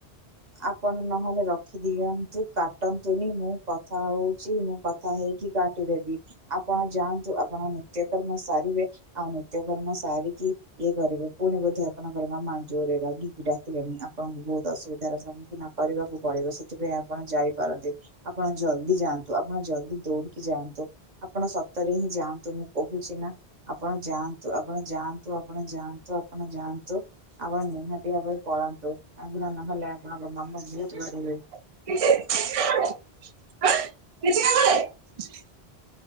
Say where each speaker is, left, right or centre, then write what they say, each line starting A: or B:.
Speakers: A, on the right; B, on the right.
A: ଆପଣ ନହେଲେ ରଖିଦିଅନ୍ତୁ କାଟନ୍ତୁନି ମୁଁ କଥା ହଉଚି ମୁଁ କ କଥା ହେଇକି କାଟିଦେବି ଆପଣ ଯାଆନ୍ତୁ ଆପଣ ନିତ୍ୟକର୍ମ ସାରିବେ ଆଉ ନିତ୍ୟକର୍ମ ସାରିକି ଇଏ କରିବେ ପୁଣି ବୋଧେ ଆପଣଙ୍କର ମାମା ଜୋରେ ରାଗିକି ଡାକିଲେଣି ଆପଣଙ୍କୁ ବହୁତ୍ ଅସୁବିଧା ମ ନପିବାକୁ ପଡ଼ିବ ସେଥିପାଇଁ ଆପଣ ଯାଇପାରନ୍ତି। ଆପଣ ଜଲ୍ଦି ଯାଆନ୍ତୁ ଆପଣ ଜଲ୍ଦି ଦୌଡ଼ିକି ଯାଆନ୍ତୁ। ଆପଣ ସତରେହିଁ ଯାଆନ୍ତୁ ମୁଁ କହୁଚିନା। ଆପଣ ଯାଆନ୍ତୁ ଆପଣ ଯାଆନ୍ତୁ ଆପଣ ଯାଆ ଆପଣ ଯାଆନ୍ତୁ ଆପଣ ନିହାତି ଭାବରେ ପଳାନ୍ତୁ କାଇଁକିନା ନହେଲେ ଆପଣଙ୍କ ମାମା ବହୁତ୍ ବାଡ଼ିବେ
B: କିଛି କିଛି କାମ ନାହିଁ ଆଁ କିଛି କାମ ନାହିଁ।